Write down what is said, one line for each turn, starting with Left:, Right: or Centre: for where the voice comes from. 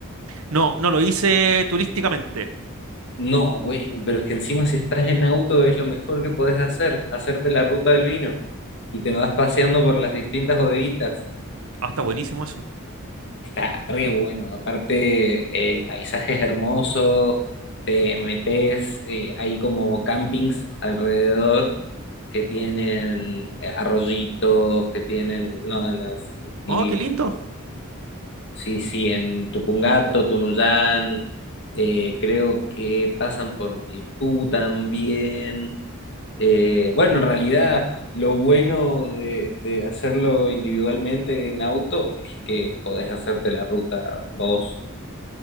Right: No, no lo hice turísticamente.
Left: No, bueno, pero es que encima si estás en auto es lo mejor que podés hacer, hacerte la ruta del vino y te vas paseando por las distintas bodeguitas.
Right: Ah, está buenísimo eso.
Left: Está re bueno, aparte el paisaje es hermoso, te metes, eh, hay como campings alrededor que tienen eh, arroyitos, que tienen, no, no, es divino.
Right: Oh, qué lindo.
Left: Sí, sí, en Tupungato, Tunuyán, eh, creo que pasan por Maipú también. Eh, bueno, en realidad lo bueno de, de hacerlo individualmente en auto es que podés hacerte la ruta vos.